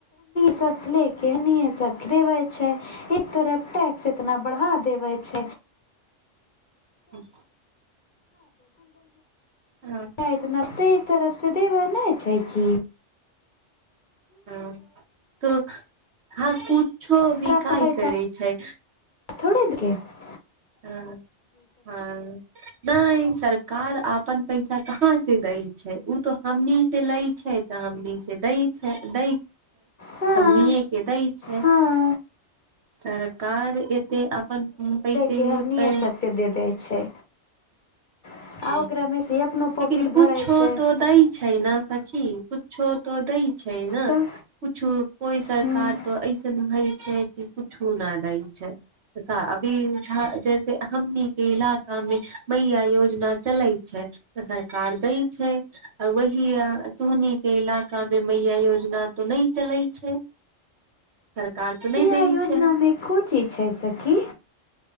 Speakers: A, on the left; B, on the right.
A: सब ले के सब देवे छै एक तरफ टैक्स इतना बढ़ा देवे छै
B: ह्म तऽ हँ
A: एतना ते एक तरफसँ देबै नहि छै की
B: ह त हँ कुछो भी
A: पर अपन
B: काय
A: पैसा
B: करै छै
A: थोड़े एतक <inaudible>
B: हँ हँ नहि सरकार आपन पैसा कहाँ से दै छै उ तो हमनी से लै छै तऽ हमनी से दै छै दै
A: हाँ
B: हमनीए के दैय छैय
A: हाँ
B: सरकार एते अपन पै पे
A: कि हमनिए सबके दे दै छै आ
B: ह
A: ओकरामे से अपनो पॉकेट
B: लेकिन कुछो
A: भराइ छै
B: तो दै छै ना सखी कुछो तो दै छै ने
A: तऽ
B: कुछु कोइ सरकार
A: हम्म,
B: तो ऐसन होय छै कि कुछो न दै छै क अभी झ जैसे हमनी के इलाका मे मै आयोज <inaudible> योजना चलै छै तऽ सरकार दै छै आर वह तुहनी के इलाका मे मैया योजना त नैय चलै छै सरकार तो नहि दै
A: हमरा योजनामे
B: छै
A: को चीज छै सकी